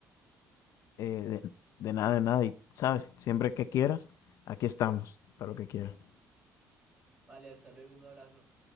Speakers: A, on the left; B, on the right.
A: Eh, de, de nada, de nada. Y sabes, siempre que quieras, aquí estamos para lo que quieras.
B: Vale, hasta luego, un abrazo.